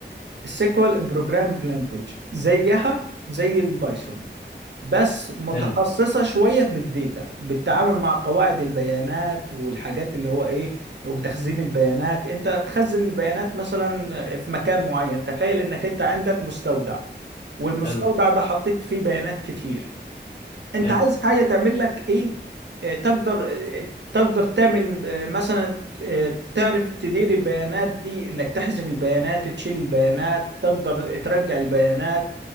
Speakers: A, on the right; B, on the left.
A: السيكوال بروجرامنج لانجوج زيها زي البايثون بس متخصصة
B: حلو
A: شوية بالديتا بالتعامل مع قواعد البيانات والحاجات اللي هو ايه وتخزين البيانات انت تخزن البيانات مثلا في مكان معين تخيل انك انت عندك مستودع والمستودع
B: حلو
A: ده حطيت فيه بيانات كتير انت
B: حلو
A: عايز حاجه تعمل لك ايه آه، تقدر آه، تقدر تعمل آه، مثلا آه، تعرف تدير البيانات دي انك تحذف البيانات تشيل البيانات تقدر ترجع البيانات